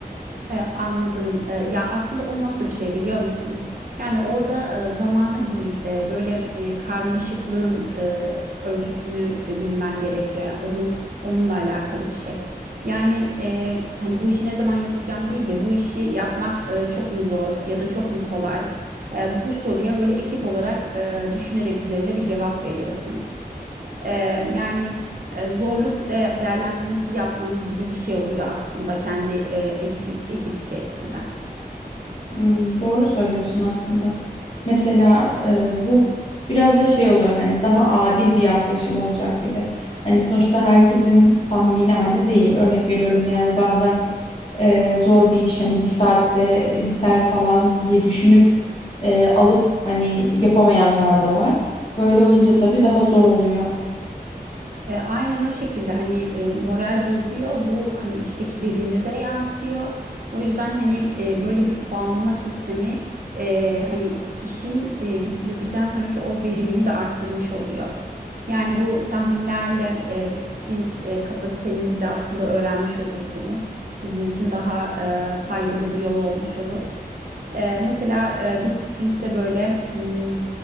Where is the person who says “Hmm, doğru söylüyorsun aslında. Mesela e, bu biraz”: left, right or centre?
Left